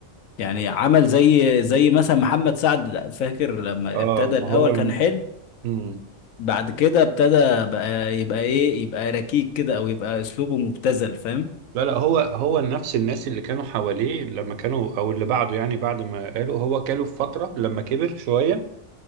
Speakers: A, on the left (about 80°); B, on the right (about 80°).
A: يعني عمل زي زي مثلا محمد سعد فاكر لما
B: اه
A: ابتدى
B: ما
A: الأول
B: هو
A: كان حلو
B: مم.
A: بعد كده ابتدى بقى يبقى إيه يبقى ركيك كده أو يبقى أسلوبه مبتذل فاهم؟
B: لا لا هو هو نفس الناس اللي كانوا حواليه لما كانوا او اللي بعده يعني بعد ما قالوا هو كاله في فترة لما كبر شوية